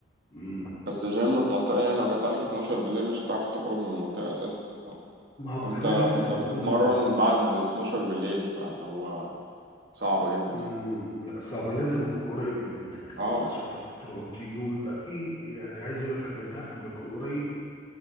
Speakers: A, on the left (about 30°); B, on the right (about 55°).
A: مم.
B: بس الجيم في منطقة يعني لو جت عليك 12 بالليل مش هتعرف تخرج من المنطقة اساسا
A: ما هو
B: وانت
A: كمان
B: وانت
A: لازم
B: بتتمرن
A: يكون
B: بعد 12 بالليل فاللي هو صعبة جدا يعني
A: مم، لا صعبة لازم يكون قريب من بيتك كمان
B: اه
A: عشان تعرف تروح وتيجي ويبقى فيه يعني عايز اقول لك حاجة تعرف لما يكون قريب